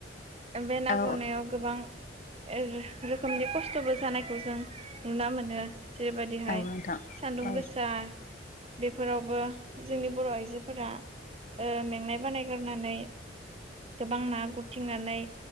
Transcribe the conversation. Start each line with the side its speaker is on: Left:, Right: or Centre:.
Right: बे ना
Left: औ
Right: गुरनायाव गोबां ए रोखोमनि खस्थबो जानायखौ जों नुना मोनो जेरैबायाददिहाय
Left: औ नोंथां
Right: सान्दुं
Left: औ औ
Right: गोसा बेफोरावबो जोंनि बर' आइजोफोरा ओ मेंनाय बानायगारनानै गोबां ना गुरथिंनानै